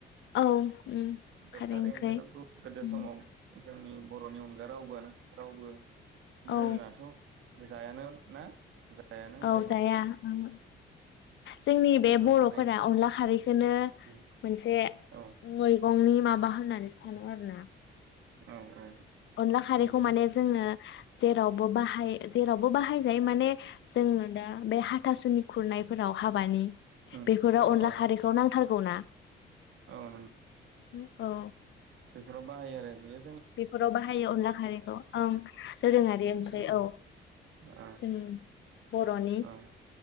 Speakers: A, on the left; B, on the right.
A: औ उम
B: बे खारै
A: ओंख्रै
B: ओंख्रियाथ गोदो
A: उम
B: समाव जोंनि बर'नि अनगा रावबोआनो रावबो
A: औ
B: गुबुनाथ जायानो ना? जायानो होनजायो
A: औ जाया ओं। जोंनि
B: जोंनो
A: बे बर'फोरा
B: खारै
A: अनला खारैखौनो
B: उम
A: मोनसे
B: औ
A: मैगं। फंनि माबा होननानै सानो आरो ना।
B: औ औ।
A: अनला खारैखौ
B: नंगौ
A: माने जोङो जेरावबो बा हाय जेरावबो बाहाय। जायो माने जोंनो दा बे हाथासुनि खुरनायफोराव हाबानि।
B: उम
A: बेफोराव
B: औ
A: अनला
B: औ
A: खारैखौ नां थारगौना।
B: औ नं
A: हो औ।
B: बेफोराव बाहायो आरो बियो
A: बेफोराव बाहायो अनला खारैखौ ओं दोरोङारि ओंख्रि
B: जों
A: औ
B: औ
A: जों बर'नि।
B: औ